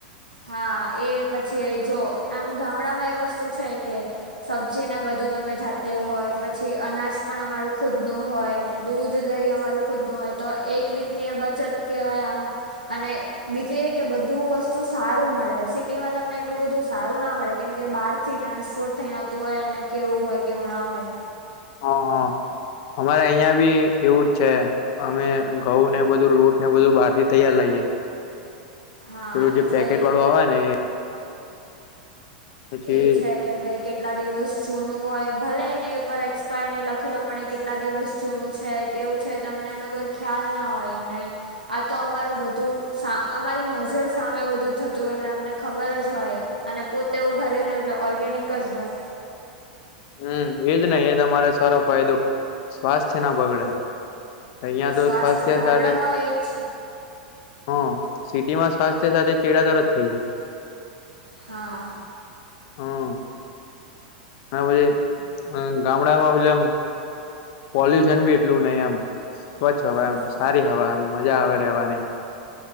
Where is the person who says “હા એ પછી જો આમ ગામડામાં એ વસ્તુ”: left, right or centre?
Right